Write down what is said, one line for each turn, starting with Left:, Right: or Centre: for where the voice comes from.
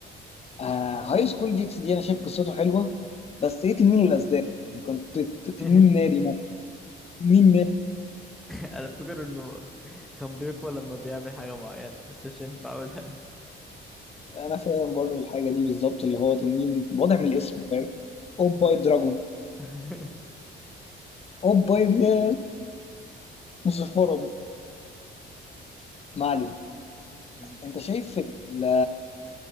Left: آه هاي سكول جيكس دي انا شايف قصته حلوه بس ايه تنين الاسدان يعني كنت ت- تنين
Centre: <laughs>
Left: ناري مثلا تنين ناري
Centre: انا فاكر انه كان بيقوى لما بيعمل حاجة معينة بس مش هينفع اقولها
Left: انا فاهم برضو الحاجه دي بالظبط اللي هو تنين واضح من الاسم فاهم اوباي
Centre: آه.
Left: دراجون
Centre: <laughs>
Left: اوباي يا مصفره ما علينا
Centre: أمم.
Left: انت شايف ال-